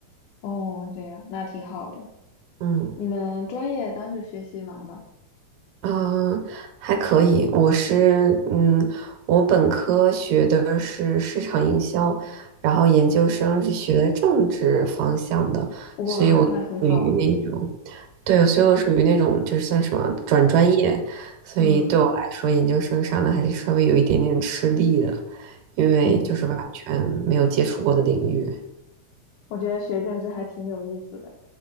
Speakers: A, on the left (about 75°); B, on the right (about 80°).
A: 哦，对呀，那挺好的。
B: 嗯。
A: 你们专业当时学习忙吗？
B: 嗯，呃还可以。我是嗯，我本科学的是市场营销，然后研究生是学的政治方向的，
A: 哇，
B: 所以我属于那种，
A: 那很好啊。
B: 对，所以我属于那种就是算什么转专业，所以对我来说，
A: 嗯
B: 研究生上的还是稍微有一点点吃力的，因为就是完全没有接触过的领域。
A: 嗯，我觉得学政治还挺有意思的，